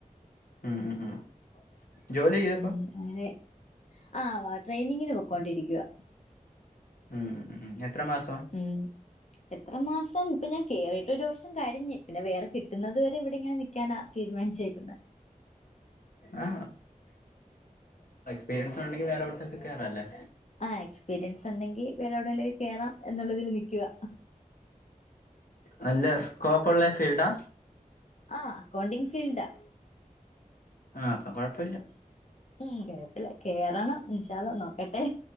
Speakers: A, on the left; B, on the left.
A: ഉം ഉം. ഉം ജോലി ചെയ്യാ
B: ഉം.
A: ഇപ്പൊ
B: അങ്ങനെ. ആഹ് ട്രെയിനിങ്ങിന് പോക്കോണ്ടിരിക്കുവാ
A: ഉം ഉം എത്ര മാസം
B: ഉം എത്ര മാസം, ഇപ്പൊ ഞാൻ കേറിയിട്ട് ഒരു വർഷം കഴിഞ്ഞ്. പിന്നെ വേറെ കിട്ടുന്നത് വരെ ഇവിടെ ഇങ്ങനെ നി ക്ക്യാനാ തീരുമാനിച്ചേക്കുന്നത്.
A: ആ എകസ്പീരിയൻസ് ഉണ്ടെങ്കി വേറെ എവിട്ക്കൊക്കെ കേറാല്ലെ.
B: ആ എക്സ്പീരിയൻസ് ഉണ്ടെങ്കി വേറെ എവിടെലും കേറാം. എന്നുള്ളതിൽ നിക്ക്യുവ.
A: നല്ല സ്കോപ്പ്ള്ള ഫീൽഡാ.
B: ആഹ് അക്കൗണ്ടിംഗ് ഫീൽഡ -
A: ആ അപ്പൊ കൊഴപ്പല്ല.
B: ഉം കൊഴപ്പില്ല. കേറണം ഇൻഷാ അള്ളാ നോക്കട്ടെ.